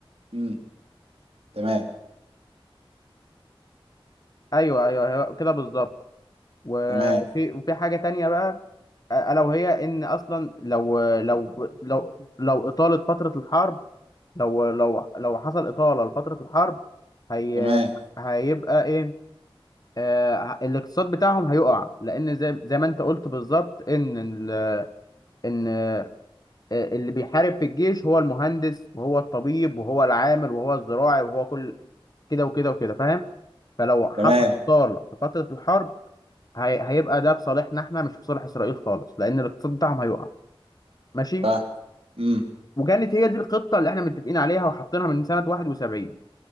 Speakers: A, on the right (about 85°); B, on the left (about 40°).
A: امم تمام
B: ايوه ايوه هي- كده بالظبط وفي
A: تمام
B: وفي حاجه تانية بقى الا وهي ان اصلا لو لو لو لو اطاله فتره الحرب لو لو لو حصل اطاله لفتره الحرب هي
A: تمام
B: هيبقى ايه آه الاقتصاد بتاعهم هيقع لان زي زي ما انت قلت بالظبط ان ال- ان آه، اللي بيحارب في الجيش هو المهندس وهو الطبيب وهو العامل وهو الزراعي وهو كل كده وكده وكده فاهم فلو حصل
A: تمام
B: اطاله في فتره الحرب هي هيبقى ده في صالحنا احنا مش في صالح اسرائيل خالص لان الاقتصاد بتاعهم هيقع ماشي
A: فاهم امم
B: وكانت هي دي الخطه اللي احنا متفقين عليها وحاطينها من سنه 71